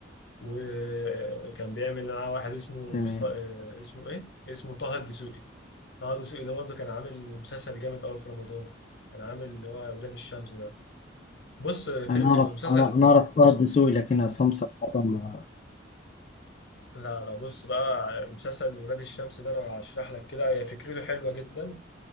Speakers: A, on the left; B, on the left.
A: وكان بيعمل معاه واحد اسمه
B: تمام
A: مست... آه، اسمه إيه؟ اسمه طه الدسوقي طه الدسوقي ده برضو كان عامل مسلسل جامد قوي في رمضان كان عامل اللي هو ولاد الشمس ده بص آه، فيلم
B: انا اعرف
A: آه، مسلسل
B: انا انا اعرف طه
A: مس-
B: الدسوقي لكن عصام صراحة ما-
A: لا لا بص بقى مسلسل ولاد الشمس ده انا هشرح لك كده هي فكرته حلوه جدا